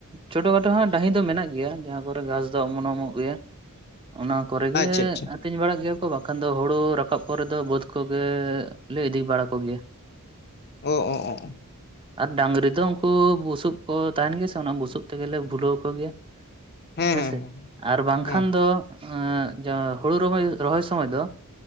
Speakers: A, on the right; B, on the left.
A: ᱪᱷᱳᱴᱳ ᱠᱷᱟᱴᱳ ᱦᱚᱸ ᱰᱟᱹᱦᱤ ᱫᱚ ᱢᱮᱱᱟᱜ ᱜᱮᱭᱟ, ᱡᱟᱦᱟᱸ ᱠᱚᱨᱮ ᱜᱷᱟᱸᱥ ᱫᱚ ᱚᱢᱚᱱ ᱚᱢᱚᱱᱚᱜ ᱜᱮᱭᱟ ᱾ ᱚᱱᱟ ᱠᱚᱨᱮ ᱜᱮ
B: ᱟᱪᱪᱷᱟ ᱟᱪᱪᱷᱟ
A: ᱟᱹᱛᱤᱧ ᱵᱟᱲᱟᱜ ᱜᱮᱭᱟ ᱠᱚ, ᱵᱟᱠᱷᱟᱱ ᱫᱚ ᱦᱩᱲᱩ ᱨᱟᱠᱟᱵ ᱯᱚᱨᱮ ᱫᱚ ᱵᱟᱹᱫᱽ ᱠᱚᱜᱮ ᱞᱮ ᱤᱫᱤ ᱵᱟᱲᱟ ᱠᱚᱜᱮᱭᱟ ᱾
B: ᱚ ᱚ ᱚ ᱚ ᱾
A: ᱟᱨ ᱰᱟᱝᱨᱤ ᱫᱚ ᱩᱱᱠᱩ ᱵᱩᱥᱩᱯ ᱠᱚ ᱛᱟᱸᱦᱮᱱ ᱜᱮᱭᱟ ᱥᱮ ᱚᱱᱟ ᱵᱩᱥᱩᱵ ᱛᱮᱜᱮ ᱞᱮ ᱵᱷᱩᱞᱟᱹᱣ ᱠᱚᱜᱮᱭᱟ ᱾
B: ᱦᱮᱸ
A: ᱦᱮᱸᱥᱮ,
B: ᱦᱮᱸ
A: ᱟᱨ ᱵᱟᱝᱠᱷᱟᱱ
B: ᱦᱮᱸ
A: ᱫᱚᱼᱼ ᱮᱸ ᱡᱟ ᱦᱩᱲᱩ ᱨᱚᱦᱚᱭ ᱨᱚᱦᱚᱭ ᱥᱚᱢᱚᱭ ᱫᱚ ᱮᱜᱼᱼ